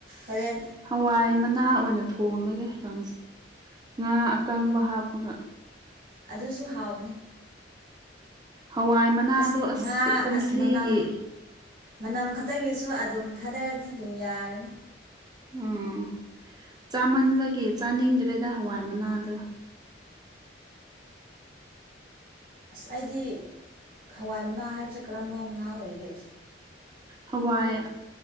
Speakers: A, on the right; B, on the right.
A: ꯍꯣꯔꯦꯟ
B: ꯍꯋꯥꯏ ꯃꯅꯥ ꯑꯣꯏꯅ ꯊꯣꯡꯂꯒꯦ ꯀꯪꯁ ꯉꯥ ꯑꯀꯪꯕ ꯍꯥꯞꯄꯒ
A: ꯑꯗꯨꯁꯨ ꯍꯥꯎꯕꯅꯤ
B: ꯍꯋꯥꯏ ꯃꯅꯥꯗꯣ
A: ꯑꯁ ꯉꯥ
B: ꯀꯨꯝꯁꯤꯒꯤ
A: ꯑꯁ ꯃꯅꯝ ꯃꯅꯝ ꯈꯛꯇꯒꯤꯁꯨ ꯑꯗꯨꯝ ꯊꯥꯗꯔꯗꯤ ꯑꯗꯨꯝ ꯌꯥꯔꯅꯤ
B: ꯎꯝ ꯆꯥꯃꯟꯕꯒꯤ ꯆꯥꯅꯤꯡꯗ꯭ꯔꯦꯗ ꯍꯋꯥꯏ ꯃꯅꯥꯗꯣ꯫
A: ꯑꯁ ꯑꯩꯗꯤ ꯍꯋꯥꯏ ꯃꯅꯥ ꯍꯥꯏꯕꯁꯦ ꯀꯔꯝꯕ ꯃꯅꯥ ꯑꯣꯏꯒꯦ
B: ꯍꯋꯥꯏ